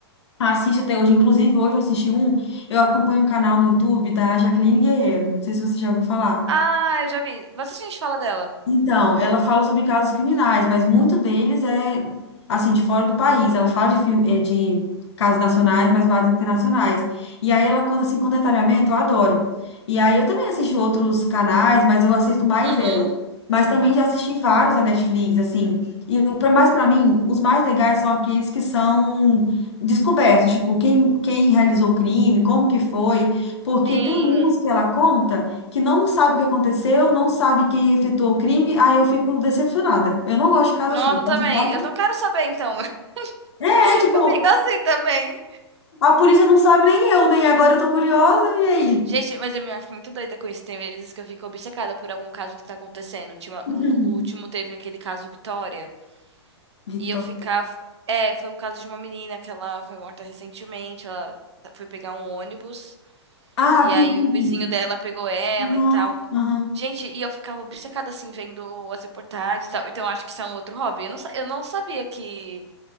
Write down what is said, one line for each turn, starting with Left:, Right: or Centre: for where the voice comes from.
Left: Assisto até hoje. Inclusive, hoje eu assisti um. Eu acompanho um canal no YouTube da Jaqueline Guerreiro. Não sei se você já ouviu falar.
Right: Ah, eu já vi. Você a gente fala dela?
Left: Então, ela fala sobre casos criminais, mas muito deles é, assim, de fora do país. Ela fala de, fil- eh, de casos nacionais, mas bases internacionais. E aí ela conta, assim, com detalhamento, eu adoro. E aí eu também assisto outros canais, mas eu assisto mais
Right: Uhum.
Left: ela. Mas também já assisti vários da Netflix, assim. E o pra- mas para mim, os mais legais são aqueles que são descobertos, tipo, quem, quem realizou o crime, como que foi. Porque
Right: Sim.
Left: tem uns que ela conta que não sabe o que aconteceu, não sabe quem efetuou o crime, aí eu fico decepcionada. Eu não gosto de casa
Right: Nossa,
Left: assim. Eu gosto
Right: eu também.
Left: de casa.
Right: Eu não quero saber, então. <laughs>
Left: É, tipo,
Right: Eu fico assim também.
Left: a polícia não sabe nem eu, nem agora eu tô curiosa, e aí?
Right: Gente, mas eu me acho muito doida com isso. Tem vezes que eu fico obcecada por algum caso que tá acontecendo. Ultima-
Left: <laughs>
Right: O no- o último teve aquele caso Vitória.
Left: Vitor.
Right: E eu ficava. É, foi um caso de uma menina que ela foi morta recentemente. Ela foi pegar um ônibus.
Left: Ah,
Right: E
Left: vi,
Right: aí
Left: vi,
Right: o
Left: vi.
Right: vizinho dela pegou ela
Left: Aham,
Right: e tal.
Left: aham.
Right: Gente, e eu ficava obcecada assim, vendo as reportagens e tal. Então acho que isso é um outro hobby. Eu não, sa- eu não sabia que.